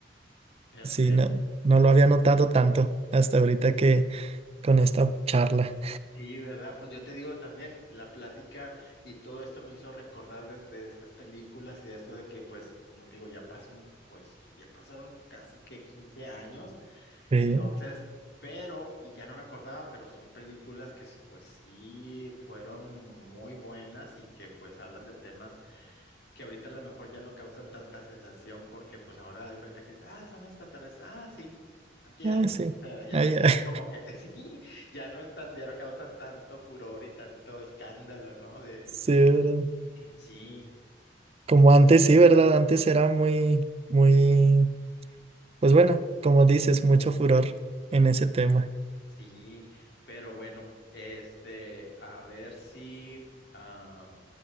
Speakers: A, on the left; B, on the right.
A: Perfecto.
B: Sí, no, no lo había notado tanto hasta ahorita que con esta charla.
A: Sí, ¿verdad? Pues yo te digo también, la plática y todo esto me hizo recordar de, de estas películas y de esto de que, pues, como te digo, ya pasó, un- pues, ya pasaron casi que 15 años,
B: Sí,
A: entonces, pero, y ya no me acordaba, pero son películas que, s- pues, sí, fueron muy buenas y que, pues, hablan de temas que ahorita a lo mejor ya no causan tanta sensación porque pues ahora da de cuenta que dices, ah, son extraterrestres, ah, sí, aquí andan.
B: ah, sí,
A: O sea, ya
B: ah,
A: la
B: ya.
A: gente
B: <laughs>
A: como que <laughs> sí, ya no es tan, ya no causan tanto furor y tanto escándalo, ¿no? De
B: Sí, ¿verdad?
A: sí.
B: Como antes, sí, ¿verdad? Antes era muy, muy, pues bueno, como dices, mucho furor en ese tema.
A: Sí, pero bueno, este, a ver si ah,